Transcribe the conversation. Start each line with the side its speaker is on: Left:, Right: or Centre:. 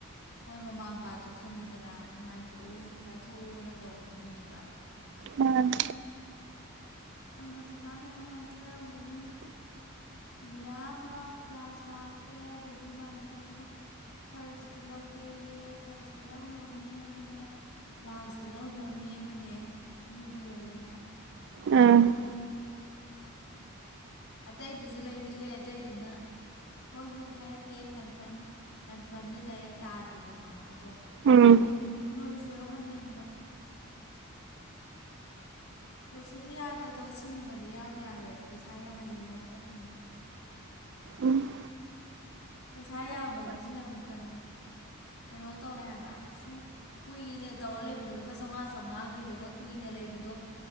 Left: ꯍꯣꯏ ꯃꯃꯥ ꯃꯄꯥꯗꯣ ꯈꯪꯉꯤꯗꯅ ꯅꯨꯡꯉꯥꯏꯊꯣꯛꯎ ꯆꯥꯊꯣꯛꯎꯅ ꯇꯧꯕ ꯃꯤꯅꯦꯕ
Right: ꯑꯝ
Left: ꯑꯗꯨꯗ ꯄꯩꯁꯥ ꯃꯌꯥꯝ ꯌꯥꯝ ꯊꯥꯔꯂꯝꯒꯅꯤ ꯃꯤꯌꯥꯝ ꯑꯃ ꯂꯥꯁꯇ ꯍꯥꯞꯄꯦ ꯑꯗꯩꯗꯤ ꯏꯃꯥꯟꯅꯕꯤ ꯑꯃ ꯐꯥꯔꯁꯇ ꯂꯧꯒꯦꯌꯦ ꯐꯥꯔꯁꯇ ꯂꯧꯅꯕ ꯃꯤ ꯑꯃꯅꯦ ꯂꯥꯁꯇ ꯂꯧꯅꯕ ꯃꯤ ꯑꯃꯅꯦ ꯑꯅꯤꯗꯤ ꯂꯩꯔꯦ
Right: ꯑꯝ
Left: ꯑꯇꯩꯗꯨꯁꯨ ꯂꯩꯕꯨꯗꯤ ꯂꯩ ꯑꯇꯩꯗꯨꯅ ꯍꯣꯏ ꯍꯣꯏ ꯍꯥꯏꯔꯛꯀꯦ ꯀꯟꯐꯥꯔꯝ ꯀꯟꯐꯥꯔꯝꯗꯤ ꯗꯥꯏꯔꯦꯛ ꯇꯥꯗ꯭ꯔꯤꯕꯀꯣ ꯑꯗꯣ
Right: ꯎꯝ
Left: ꯑꯩꯅ ꯅꯣꯏꯁꯨ ꯊꯣꯛꯣꯛꯍꯟꯅꯤꯡꯕ ꯀꯣꯁꯤꯞ ꯌꯥꯒꯗꯣ ꯁꯤꯒꯨꯝꯕꯗꯤ ꯌꯥꯎ ꯌꯥꯔꯣꯏꯕ ꯄꯩꯁꯥ ꯌꯥꯝꯃꯜꯂꯦ ꯍꯥꯏꯔꯀꯅꯤ
Right: ꯎꯝ
Left: ꯄꯩꯁꯥ ꯌꯥꯝꯕꯒꯤꯁꯤꯅ ꯑꯃꯨꯛ ꯀꯩꯅꯣ ꯀꯩꯅꯣ ꯇꯧꯋꯦ ꯍꯥꯏꯕ ꯁꯨꯝ ꯀꯨꯏꯅ ꯇꯧꯔ ꯂꯩꯕꯗꯣ ꯂꯨꯄꯥ ꯆꯥꯝꯃꯉꯥ ꯆꯥꯝꯃꯉꯥꯒꯤꯗꯒ ꯀꯨꯏꯅ ꯂꯩꯕꯗꯣ